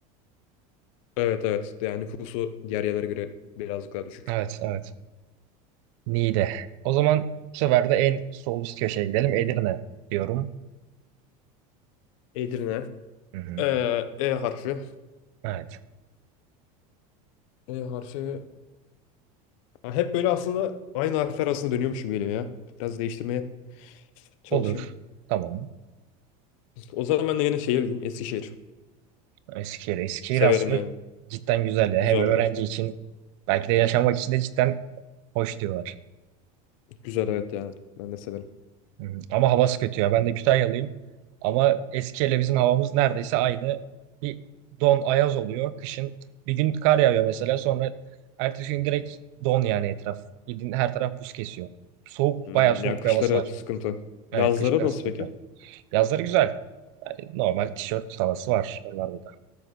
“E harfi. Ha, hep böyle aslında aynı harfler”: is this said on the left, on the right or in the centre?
Left